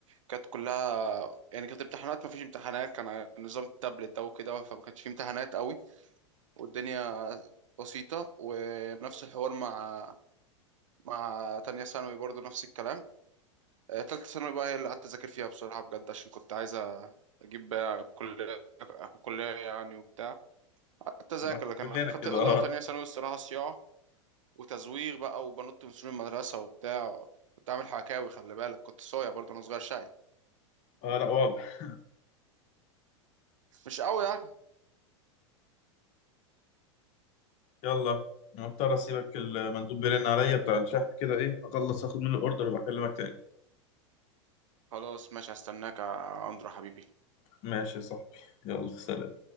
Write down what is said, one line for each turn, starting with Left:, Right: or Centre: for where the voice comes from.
Right: كانت كلها يعني كانت امتحانات ما فيش امتحانات كان نظام التابلت ده وكده فما كانش فيه امتحانات قوي والدنيا بسيطة ونفس الحوار مع مع تانية ثانوي برضو نفس الكلام آه، تالتة ثانوي بقى هي اللي قعدت أذاكر فيها بصراحة بجد عشان كنت عايز أجيب بقى كلية كلية يعني وبتاع قعدت أذاكر
Left: ما
Right: لكن
Left: كلنا
Right: أخدت
Left: كده
Right: أولى
Left: اه
Right: وتانية ثانوي الصراحة صياعة وتزويغ بقى وبنط من سور المدرسة وبتاع كنت عامل حكاوي خلي بالك كنت صايع برضو أنا صغير شقي
Left: اه لا واضح
Right: مش قوي يعني
Left: يلا أنا مضطر اسيبك المندوب بيرن عليا بتاع الشحن كده ايه اخلص اخد منه الاوردر وبكلمك تاني
Right: خلاص ماشي هستناك يا أندرو حبيبي
Left: ماشي يا صاحبي يلا سلام